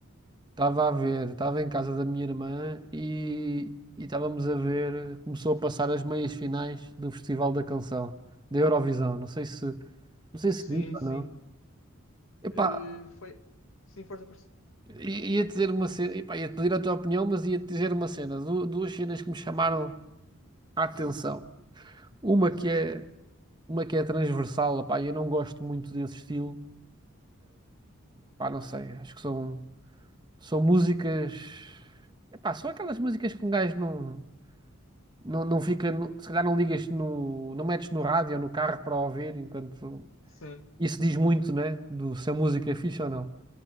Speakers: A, on the right (about 20°); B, on the left (about 70°).
A: Estava a ver, estava em casa da minha irmã e e estávamos a ver, começou a passar as meias finais do Festival da Canção, da Eurovisão. Não sei se, não sei
B: Sim,
A: se viste
B: sim.
A: ou não. Epá,
B: Eh, foi. Sim, força, força.
A: i- ia dizer uma cena, epá, ia-te pedir a tua opinião, mas ia-te dizer uma cena, Du- duas cenas que me chamaram a atenção. Uma que é uma que é transversal, opá, eu não gosto muito desse estilo, pá, não sei, acho que são, são músicas, epá, são aquelas músicas que um gajo não, não, não fica, no- se calhar não ligas no, não metes no rádio ou no carro para ouvir, enquanto
B: Sim,
A: isso diz muito, né, do se a música é fixe ou não.